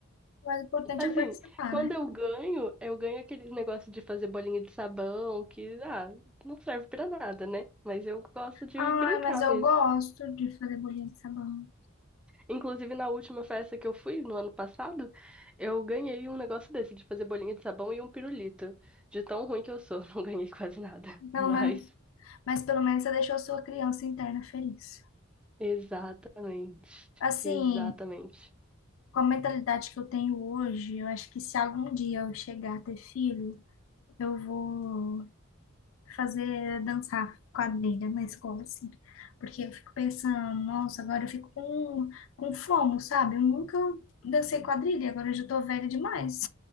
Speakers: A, on the left (about 65°); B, in the centre.
A: Mas o importante
B: Assim,
A: é participar,
B: quando
A: né?
B: eu ganho, eu ganho aquele negócio de fazer bolinha de sabão, que, ah, não serve pra nada, né? Mas eu gosto de
A: Ai,
B: brincar
A: mas eu
B: mesmo.
A: gosto de fazer bolinha de sabão.
B: Inclusive, na última festa que eu fui, no ano passado, eu ganhei um negócio desse, de fazer bolinha de sabão e um pirulito. De tão ruim que eu sou, <laughs> não ganhei quase nada.
A: Pelo
B: Mas,
A: menos, mas pelo menos você deixou sua criança interna feliz.
B: exatamente,
A: Assim,
B: exatamente.
A: com a mentalidade que eu tenho hoje, eu acho que se algum dia eu chegar a ter filho, eu vou fazer dançar quadrilha na escola, assim. Porque eu fico pensando, nossa, agora eu fico com, com fomo, sabe? Eu nunca dancei quadrilha, agora eu já tô velha demais.